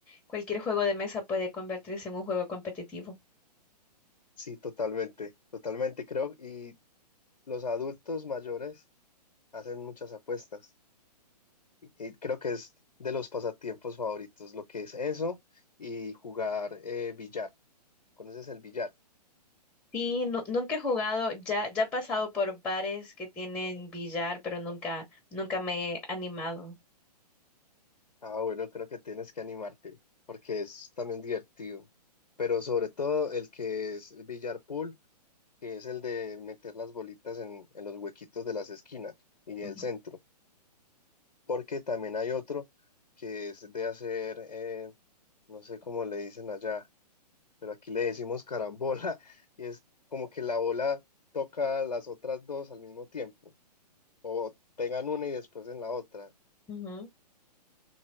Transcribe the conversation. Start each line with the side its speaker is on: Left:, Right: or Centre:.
Centre: cualquier juego de mesa puede convertirse en un juego competitivo.
Left: Sí, totalmente, totalmente creo. Y los adultos mayores hacen muchas apuestas. eh, creo que es de los pasatiempos favoritos, lo que es eso y jugar eh, billar. ¿Conoces el billar?
Centre: Sí, nu- nunca he jugado, ya, ya he pasado por bares que tienen billar, pero nunca, nunca me he animado.
Left: Ah, bueno, creo que tienes que animarte porque es también divertido. Pero sobre todo el que es billar pool, que es el de meter las bolitas en, en los huequitos de las esquinas y
Centre: Ujú,
Left: el centro. Porque también hay otro que es de hacer, eh, no sé cómo le dicen allá pero aquí le decimos carambola <laughs> y es como que la bola toca las otras dos al mismo tiempo o pegan una y después en la otra.
Centre: ujú.